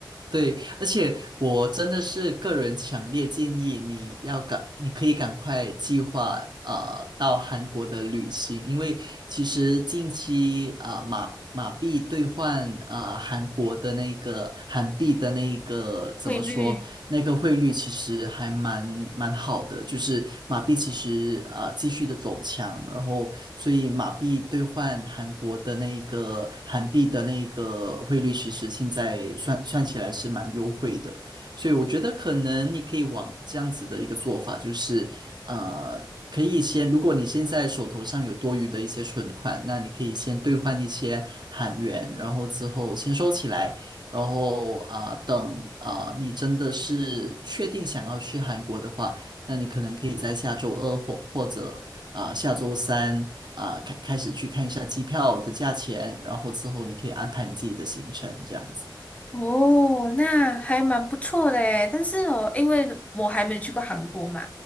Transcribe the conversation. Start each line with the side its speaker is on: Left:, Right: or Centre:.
Right: 对，而且我真的是个人强烈建议你要赶，你可以赶快计划呃到韩国的旅行，因为其实近期啊、呃、马马币兑换呃韩国的那个韩币的那个怎么说那个汇率其实还蛮蛮好的，
Left: 汇率。
Right: 就是马币其实啊、呃继续的走强，然后所以马币兑换韩国的那个韩币的那个汇率，其实现在算算起来是蛮优惠的，所以我觉得可能你可以往这样子的一个做法，就是呃可以先，如果你现在手头上有多余的一些存款，那你可以先兑换一些韩元，然后之后先收起来。然后啊、呃等啊、呃你真的是确定想要去韩国的话，那你可能可以在下周二或或者啊、呃下周三啊、呃开开始去看一下机票的价钱，然后之后你可以安排你自己的行程，这样子。
Left: 哦，那还蛮不错的诶，但是哦，因为我还没有去过韩国嘛，